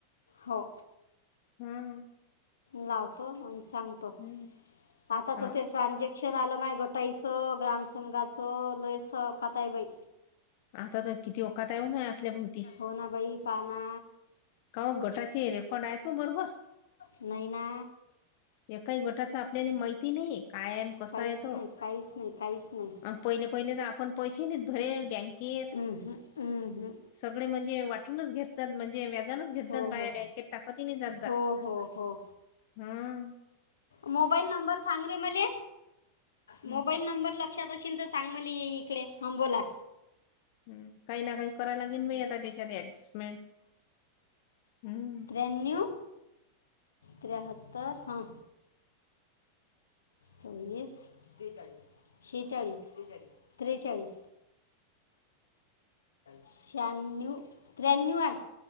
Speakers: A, on the left (about 65°); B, on the left (about 45°).
A: हो
B: हम्म
A: लावतो सांगतो
B: हम्म
A: आता
B: हा
A: तर ते ट्रानेक् शिक्षण आलं माय गोटाईचं ग्राम संंघाचं लोयस काताईबाई
B: आता तर किती ओकात येऊय आपल्या भोवती
A: हो ना बाई पहा ना
B: का गटाचे रेकॉर्ड आहेत ना बरोबर
A: नाही ना
B: एकाही गोटाचा आपल्याला माैती नाही काय आहे कसा
A: काहीच
B: आहे तो
A: नाही काहीच नाही काहीच नाही
B: अ पहिले पहिले तर आपण पैसे नाही भरल बँकेत
A: उम्हम, उम्हम.
B: सगळे म्हणजे वाटूनच घेतात म्हणजे घेत
A: हो
B: जात बाया
A: हो
B: बँकेत टाक जातात
A: हो हो हो
B: हम
A: मोबाईल नंबर सांग रे मला
B: हम्म
A: मोबाईल नंबर लाक्ष पक्षात तर सांग मली येई इकडे हां बोला
B: हम् काही ना काही कराय लागेल बा आता त्याच्यात ऍडजस्टमेंट हम्म
A: तिरायणव त्रियात्र सव्वीसळीस शेचाळीस त्रेचाळीस शण्णव त्र्याण्णव आठ